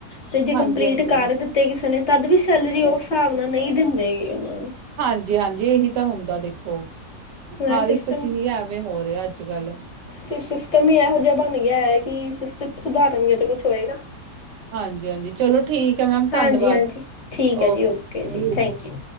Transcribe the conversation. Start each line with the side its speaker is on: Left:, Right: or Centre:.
Left: ਤੇ ਜੇ
Right: ਹਾਂਜੀ-ਹਾਂਜੀ,
Left: ਕੰਪਲੀਟ ਕਰ ਦਿੱਤੇ ਕਿਸੇ ਨੇ, ਤਦ ਵੀ ਸੈਲਰੀ ਉਸ ਹਿਸਾਬ ਨਾਲ ਨਹੀਂ ਦਿੰਦੇ ਉਹਨਾਂ ਨੂੰ।
Right: ਹਾਂ ਜੀ, ਹਾਂ ਜੀ। ਇਹੀ ਤਾਂ ਹੁੰਦਾ ਦੇਖੋ,
Left: ਨੂੰ
Right: ਹਰ
Left: ਸਿਸਟਮ
Right: ਇੱਕ ਚੀਜ਼ ਐਵੇਂ ਹੋ ਰਿਹਾ ਅੱਜ- ਕੱਲ।
Left: ਤੇ ਸਿਸਟਮ ਹੀ ਐਹੋ ਜਿਹਾ ਬਣ ਗਿਆ ਏ। ਕਿ ਸਿਸਟਮ ਸੁਧਾਰੋ 'ਤੇ ਕੁਛ ਹੋਏਗਾ।
Right: ਹਾਂਜੀ-ਹਾਂਜੀ, ਚਲੋ ਠੀਕ ਐ ਮੈਮ
Left: ਹਾਂਜੀ
Right: ਧੰਨਵਾਦ,
Left: ਹਾਂਜੀ ਠੀਕ ਹੈ
Right: ਓਕੇ।
Left: ਜੀ ਜੀ ਥੈਂਕ ਯੂ